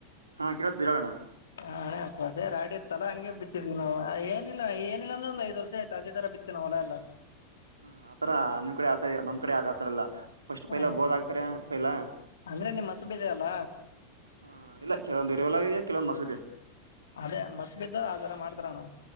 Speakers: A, on the right (about 75°); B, on the left (about 65°).
A: ಹಾ ಕೇಳತ್ತ ಹೇಳ ಹೇಳೋಣ
B: ಹ ಹೂ ಅದೇ ರಾಡಿ ಇತ್ತಲ್ಲಾ ಹಂಗೆ ಬಿತ್ತಿದ್ವಿ ನಾವು ಏನಿಲ್ಲ ಏನಿಲ್ಲ ಅಂದ್ರ ಒಂದ್ ದ್ ವರ್ಷ ಆಯತ ಅದೇ ತರ ಬಿತ್ತಿವಿವು ಹೊಲ ಎಲ್ಲ
A: ಹ ಆತರ ನಿಮ್ ಕಡೆ ಆತ ನಮ್ ಕಡೆ ಆಗ ಆತರಲ್ಲ ಫಸ್ಟ್
B: ಹ
A: ಪೈಲ ಬೋದ್ ಆಗ್ತಾರೆ ಪೈಲ
B: ಅಂದ್ರೆ ನಿಮ್ ಮಸಬಿದೆ ಅಲ್ಲ
A: ಹ ಇಲ್ಲ ಕೆ ಹೋಲ ಕಲವಂದು ಮಸಗದೆ
B: ಅದೇ ಮಸ್ ಬಿದ್ದ ಅದಾರ ಮಾಡ್ತಾರ ಅಣ್ಣಾ